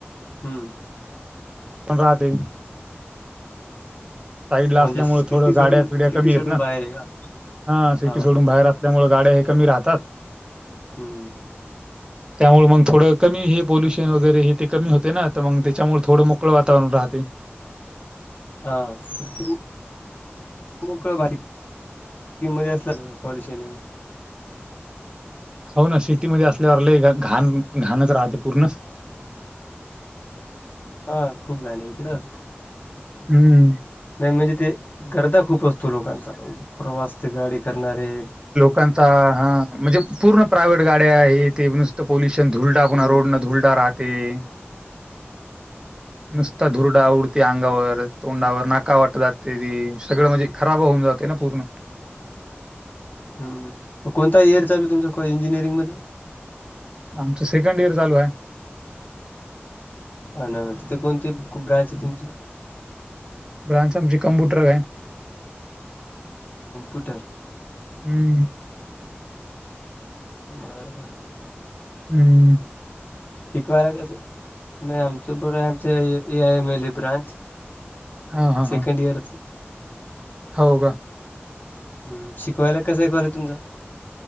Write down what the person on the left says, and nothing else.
हम्मं
म्हणजे
सिटी
सोडून
सिटी
सोडून
बाहेर आहे का
हा
हम्मं
हां कमी मोकळं भारी मध्यें असलां नां परेशांनी आहे.
हां खूंप घाणं आहे इकडं.
नाहीं म्हणजे ते गर्दा खूंप असतों लोकांचां प्रवास ते गांडी करणांरे.
हम्म
हं मंग कोणता ईयर चालूं तुमचं इंजिनिअरिंग मंध्यें.
हं नां तिथे कोणती कुंब्रांच आहे तुमंची.
कमप्यूंटर!
बरं बरं
शिकवांयलां कसं नाहीं आमचं बरं आहे आमचं A I M L A branch.
सेकंड
इयंरचे.
हम्मं शिकवांयलां कसं हांये कॉलेज तुमचं